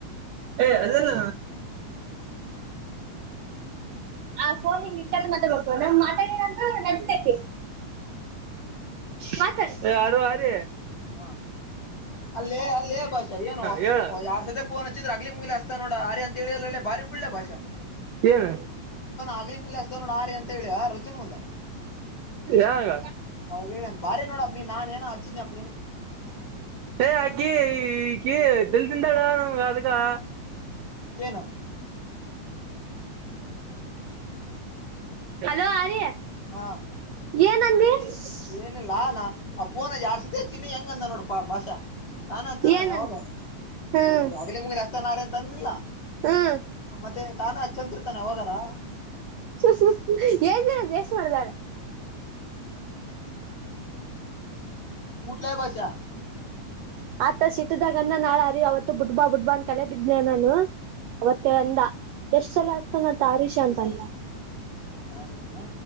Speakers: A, on the right; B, on the left.
A: ಎಾಯ ರಲ್ಲ ಆ ಫೋನ್ ಹಿಂಗ್ ಇಷ್ಟ್ರ ಮಾತಬೇಕು ನಮ್ ಮಾತಾಡಂತ ನನ್ಸ್ತೇತಿ ಹ ತ ಯಾರ ಅ ರ
B: ಹ ಅಲ್ಲೇ ಅಲ್ಲೇ ಭಾಷಾ ಏನು
A: ಹೇಳ
B: ಯಾರ್ ಸತೆ ಪೋನ್ ಹಚ್ಚಿದ್ರ ಆಗ್ಲಿ ಮುಗಿಲಿ ಅತಾ ನೋಡ ಅರೆ ಅಂತ ಹೇಳಿಯಲ್ಲ ಬಾರಿ ಉಳ್ಳೆ ಭಾಷೋ
A: ಏನ್
B: ಆಗ್ಲಿ ಮುಗಲಿ ಅತಾೋ ಆಾರಿ ಅಂತ ಹೇಳಿ ರಜುನ್ ಮುಂದ
A: ಯಾವಾಗ
B: ಅವ ಹೇಳಿಂತ ಭಾರಿ ನೋಡ ಅ ನಾನ ಏನ ಅಚ್ಚನಿ ಅ
A: ಯಾ ಕೀ ಈ ಕೀ ತಲ್ಲಿ ನಿಂತಲ್ಲೇ ಅದಕ್ಕಾ.
B: ಏನ
A: ಹಲೋ ಆರ್ಯ
B: ಹಾ
A: ಏನಂದಿ
B: ಏನಿಲ್ಲಾನ ಅಪ್ಪೋನ ಯಾಡ್ಸಿದ್ದ ತಿನಿ ಹೆಂಗಂದ್ ನೋಡಪ ಭಾಷಾ. ತಾನ ಚಂದನ
A: ಏನಂದ
B: ಯಾವಾಗೊ
A: ಹ್ಮ್
B: ಯಗಲಿ ಮುಗಲಿ ಆಚಾತಾನಾ ಅಂತ ಅಂದಿಲ್ಲ.
A: ಹ್ಮ್
B: ಮತ್ತೆ ತಾನ ಅಚ್ಚಂತರ್ ತಾನೆ ಯಾವಾಗಾರ
A: ಹೂ ಹೂ ಹೇಶವರ್ದಾರ
B: ಉಟ್ಲಾ ಬಷಾ
A: ಆತ ಸೀಟದಾಗ ನಾಳ ಅರಿ ಅವತ್ತು ಬುಟ್ ಬಾ ಬುಟ್ ಬಾ ಅನ್ ಕಲೆ ಬಿದ್ದನೆ ನಾನು ಅವತ್ತು ಅಂದ ಎಷ್ಟ್ ಸಲ ಅತಾನ ತಾರೀಶ ಅಂತ ಅಂದ
B: ನಾನ್ ಇನ್ನ